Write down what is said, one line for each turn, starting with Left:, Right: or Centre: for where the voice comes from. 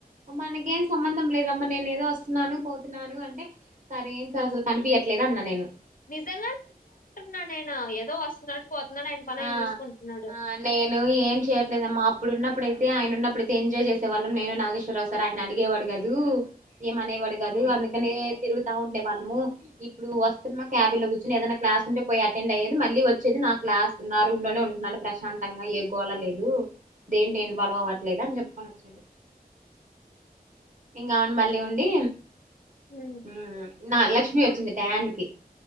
Right: మనకేం సంబందాం లేదమ్మా నేను ఏదో వస్తున్నాను పోతున్నాను అంటే సరే ఏం సార్ అసలు కనిపియట్లేదు అన్న నేను
Left: నిజంగానే అటే ఉంటున్నా నేను ఏదో వస్తున్నాడు పోతున్నాడు ఆయన పని ఆయన
Right: ఆ
Left: చూసుకుంటున్నాడు
Right: ఆ నేను ఏం చేయట్లేదు అమ్మ ఆప్పుడున్నప్పుడైతే ఆయన ఉన్నప్పుడైతే ఎంజాయ్ చేసేవాళ్ళం నేను నాగేశ్వరరావు సార్ ఆయన అడిగేవాడు కాదు ఏం అనే వాడు కాదు
Left: ఉమ్,
Right: అందుకనే తిరుగుత్ ఉండే వాళ్ళము ఇప్పుడు వస్తున్న క్యాబీలో కూచొని ఏదైనా క్లాస్ ఉంటే పోయి అటెండ్ అయ్యే మళ్ళీ వచ్చేది నా క్లాస్ నా రూమ్ లోనే ఉంటున్నాను ప్రశాంతంగా ఏ గోల లేదు దేంట్లో ఇన్వాల్వ్ అవ్వట్లేదు అని చెప్పుకొని వచ్చారు ఇంకావును మళ్ళీ ఉండి
Left: ఉమ్.
Right: మ్మ్ నా లక్ష్మి వచ్చింది టయానికి